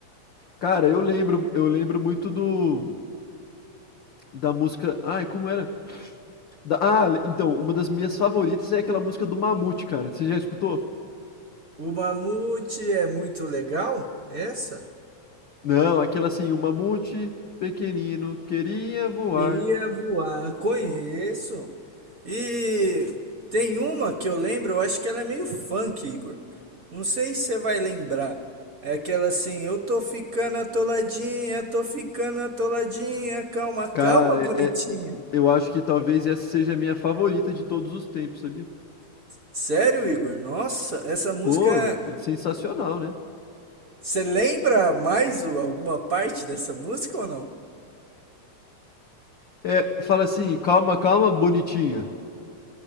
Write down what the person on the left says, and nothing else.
Cara, eu lembro, eu lembro muito do, da música. Ai, como era? Da- Ah, então, uma das minhas favoritas é aquela música do Mamute, cara. Você já escutou?
Não, aquela assim, o Mamute pequenino queria voar.
Cara,
é, é- eu acho que talvez essa seja a minha favorita de todos os tempos, sabia?
Pô, é sensacional, né?
É, fala assim, calma, calma, bonitinha.